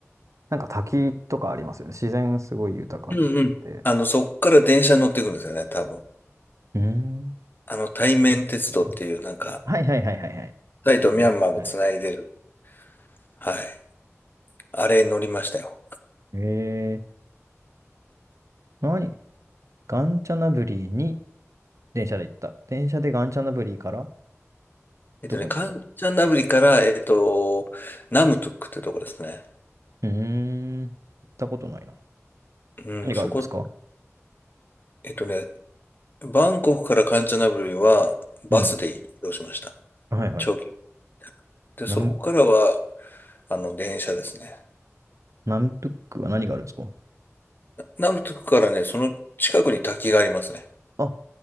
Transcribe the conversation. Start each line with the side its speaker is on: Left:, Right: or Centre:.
Right: なんか滝とかありますよね。自然すごい豊かで。
Left: うんうん。あの、そっから電車に乗っていくんですよね、多分。
Right: うーん。
Left: あの、対面鉄道っていう、なんか、
Right: はいはいはいはいはい。
Left: タイとミャンマーをつないでる。
Right: あのね。はい。
Left: はい。あれに乗りましたよ。
Right: えー、何ガンチャナブリーに電車で行った。電車でガンチャナブリーから
Left: えっとね、
Right: どこに行った
Left: カンチャンナブリから、えっと、ナムトゥックってとこですね。
Right: うーん。行ったことないな。
Left: うん、
Right: 何があるんですか
Left: そこ、えっとね、バンコクからカンチャンナブリはバスで移動しました。
Right: うん。はいはい。
Left: 長距離。で、
Right: ナム、
Left: そこからは、あの、電車ですね。
Right: ナムトゥックは何があるんですか
Left: ナムトゥクからね、その近くに滝がありますね。
Right: あ、